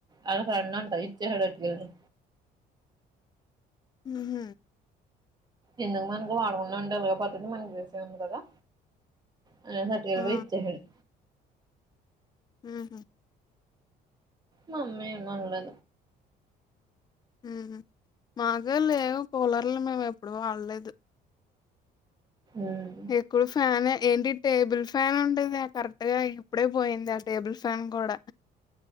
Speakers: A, on the right; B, on the left.
A: ఆళ్ల ఫ్రెండ్ అంట ఇచ్చేసాడ్ పట్కెళ్ళి
B: మ్ హ్
A: ఎందుకు మనకు వాడుకున్నాంటేలె పద్ధతి మనకి తెల్లుంది కదా <unintelligible>
B: ఆ
A: పోయి ఇచ్చేశాడు
B: మ్
A: మమ్మీ మాంగ్దా
B: ఉమ్మ్ మా కూడా లేవు కూలర్లు మేము ఎప్పుడు వాడలేదు
A: ఉమ్
B: ఎక్కువ ఫ్యాన్ ఎ ఏంటి టేబుల్ ఫ్యాన్ ఉంటది ఆ కరెక్ట్ గా ఇప్పుడే పోయింది ఆ టేబుల్ ఫ్యాన్ కూడా